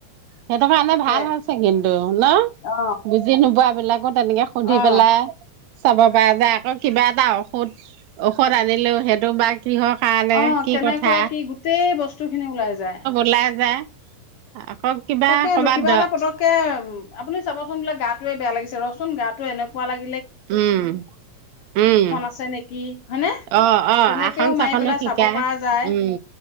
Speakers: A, on the right; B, on the left.
A: সেইটো কাৰণে
B: তাকে
A: ভাল হৈছে কিন্তু <unintelligible> ন
B: অ
A: বুজি নোপোৱা বিলাক আকৌ তেনেকে সুধি
B: অ
A: পেলাই চাব পায় যে আকৌ কিবা এটা ঔষুধ ঔষধ আনিলোও সেইটো বা কিহৰ কাৰণে
B: অ
A: কি
B: কেনেকুৱা
A: কথা
B: কি গোটেই বস্তু খিনি ওলাই যায়।
A: উলায় যায়। আকৌ কিবা
B: তাকেটো
A: কৰ'বাত
B: কিবা
A: দ
B: এটা পতককে আপুনি চাবচোন বোলে গাতোৱে বেয়া লাগি ৰচোন গাটো এনেকুৱা লাগে
A: উম উম
B: আছে নেকি হয়নে
A: অ অ
B: তেনেকেও
A: আসন চাসনো
B: মাৰি পেলাই
A: শিকাই
B: চাব পৰা যায়
A: উম